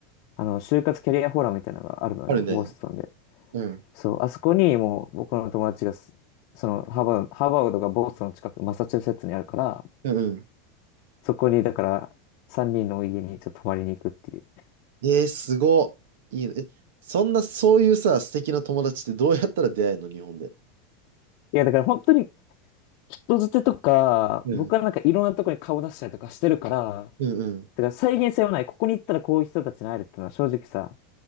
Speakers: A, on the left; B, on the right.
A: あの、就活キャリアフォーラムみたいなのがあるのね、
B: あるね。
A: ボストンで。
B: うん。
A: そう、あそこにもう僕の友達がす、その、ハーバード、ハーバードがボストンの近く、マサチューセッツにあるから、
B: うん
A: そこに、だから、3人のお家にちょっと泊まりに行くっていう。
B: えー、すごいいいね。え、そんな、そういうさ、素敵な友達ってどうやったら出会えるの、日本で。
A: いや、だから本当に、人づてとか、
B: うん。
A: 僕はなんかいろんなとこに顔出したりとかしてるから、
B: うんうん。
A: だから再現性はない。ここに行ったらこういう人たちに会えるっていうのは正直さ、